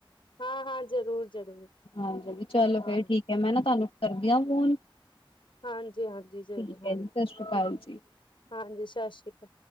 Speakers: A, on the left; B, on the left.
A: ਹਾਂ-ਹਾਂ, ਜ਼ਰੂਰ। ਜ਼ਰੂਰ
B: ਹਾਂਜੀ। ਚਲੋ,
A: ਹਾਂ
B: ਫੇਰ ਠੀਕ ਐ। ਮੈਂ ਨਾ ਤਾਨੂੰ ਕਰਦੀ ਆ, ਫੋਨ।
A: ਹਾਂਜੀ-ਹਾਂਜੀ, ਜ਼ਰੂਰ।
B: ਠੀਕ
A: ਹਾਂਜੀ-ਹਾਂਜੀ,
B: ਹੈ ਜੀ ਸਤਿ ਸ੍ਰੀ ਅਕਾਲ ਜੀ।
A: ਸਤ ਸ੍ਰੀ ਅਕਾਲ।